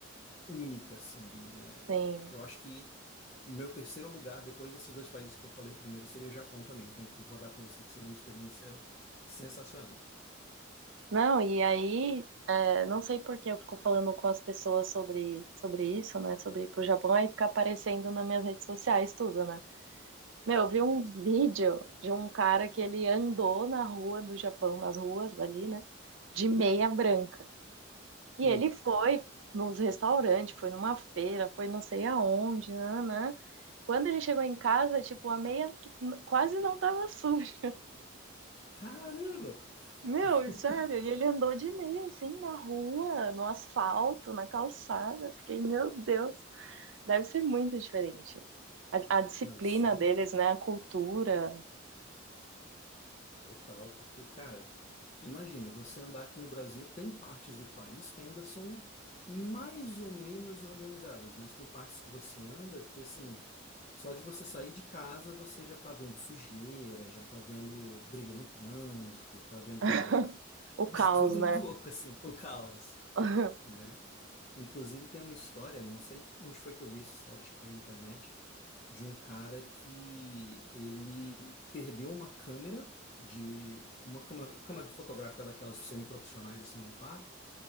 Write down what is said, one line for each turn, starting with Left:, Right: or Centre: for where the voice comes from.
Left: única, assim. É,
Right: Sim.
Left: eu, eu acho que o meu terceiro lugar, depois desses dois países que eu falei primeiro, seria Japão também. Tenho que concordar com você que seria uma experiência sensacional.
Right: Não, e aí, é, não sei por que eu fico falando com as pessoas sobre, sobre isso, né? Sobre ir pro Japão, aí fica aparecendo nas minhas redes sociais tudo, né? Meu, eu vi um vídeo de um cara que ele andou na rua do Japão, nas ruas ali, né? De meia branca. E
Left: Um.
Right: ele foi nos restaurantes, foi numa feira, foi não sei aonde, nanã. Quando ele chegou em casa, tipo, a meia t- quase não tava suja. <laughs>
Left: Caramba!
Right: Meu,
Left: <laughs>
Right: sério, e ele andou de meia assim na rua, no asfalto, na calçada. Fiquei, meu Deus, deve ser muito diferente. A, a disciplina
Left: Não, surreal.
Right: deles, né? A cultura,
Left: Total, porque, cara, imagina, você andar aqui no Brasil, tem partes do país que ainda são mais ou menos organizadas, mas tem partes que você anda que, assim, só de você sair de casa, você já tá vendo sujeira, já tá vendo briga no trânsito, tá vendo
Right: <laughs> o caos,
Left: de tudo
Right: né?
Left: um pouco, assim, o caos
Right: <laughs>
Left: né? Inclusive tem uma história, não sei onde foi que eu vi essa história, acho que foi na internet, de um cara que ele perdeu uma câmera de uma câmera, câmera fotográfica daquelas semiprofissionais assim no parque